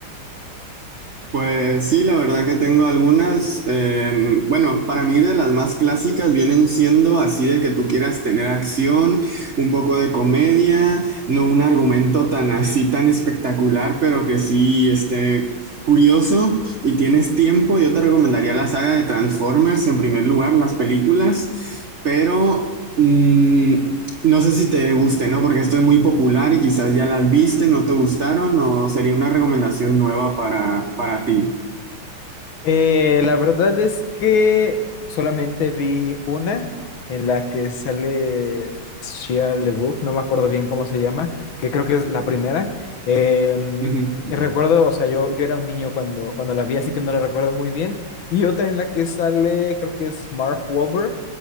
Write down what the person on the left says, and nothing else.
Eh, la verdad es que solamente vi una en la que sale Shia LaBeouf, no me acuerdo bien cómo se llama, que creo que es la primera. Eh,
y recuerdo, o sea, yo, yo era un niño cuando, cuando la vi, así que no la recuerdo muy bien. Y otra en la que sale, creo que es Mark Wahlberg,